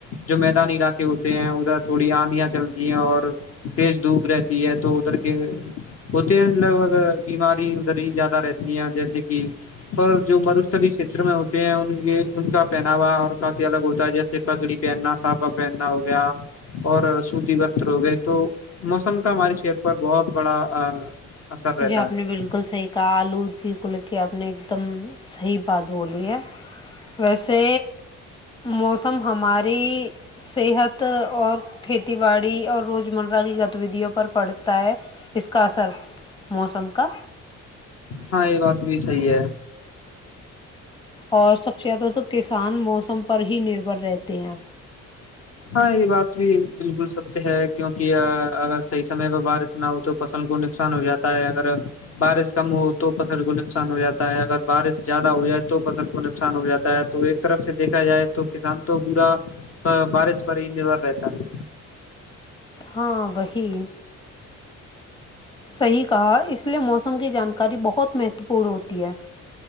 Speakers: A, on the left (about 50°); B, on the left (about 15°).
A: جو میدانی علاقے ہوتے ہیں ادھر تھوڑی آندھیاں چلتی ہیں اور تیز دھوپ رہتی ہے تو ادھر کے ہوتے ہیں لگ بھگ بیماری ادھر ہی زیادہ رہتی ہے جیسے کہ اور جو مروستلی چھیتر میں ہوتے ہیں ان کے ان کا پہناوا اور کافی الگ ہوتا ہے جیسے پگڑی پہننا ساپا پہننا ہو گیا اور سوتی وستر ہو گئے تو موسم کا ہماری شت پر بہت بڑا <unintelligible>
B: جی آپ
A: ہے
B: نے بالکل صحیح کہا آلود کی کل کی آپ نے ایک دم صحیح بات بولی ہے ویسے موسم ہماری صحت اور کھیتی باڑی اور روزمرہ کی گتیویددیوں پر پڑتا ہے اس کا اثر موسم کا
A: ہاں یہ بات بھی صی ہے
B: اور سب سے زیادہ تو کسان موسم پر ہی نربھر رہتے ہیں
A: ہاں یہ بات بھی بالکل ستیہ ہے کیونکہ اگر صحیح سم پہ بارش نہ ہو تو فصل کو نقصان ہو جاتا ہے اگر بارش کم ہو تو فصل کو نقصان ہو جاتا ہے اگر بارش زیادہ ہو جائے تو فصل کو نقصان ہو جاتا ہے تو ایک طرف سے دیکھا جائے تو کسان تو پورا بارش ب رہتا ہے
B: ہاں وہی صیح کہا اس لیے موسم کی جانکاری بہت مہتو پورن ہوتی ہے